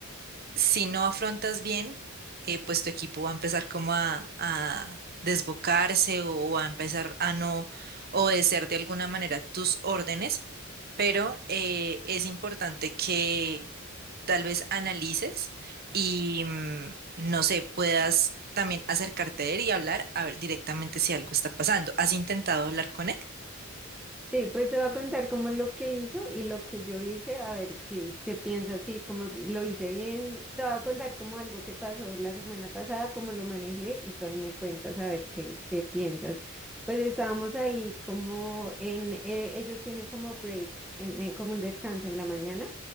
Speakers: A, on the right; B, in the centre.
A: si no afrontas bien, eh, pues tu equipo va a empezar como a, a desbocarse o o a empezar a no obedecer de alguna manera tus órdenes, pero eh, es importante que tal vez analices y, mm, no sé, puedas también acercarte a él y hablar a ver directamente si algo está pasando. ¿Has intentado hablar con él?
B: Sí, pues se va a contar como lo que hizo y lo que yo hice, a ver si qué piensas, sí, como que lo hice bien, te va a contar como algo que pasó la semana pasada, cómo lo manejé y tú ahí me cuentas a ver qué, qué piensas. Pues estábamos ahí como en, eh, ellos tienen como break, en, en- como un descanso en la mañana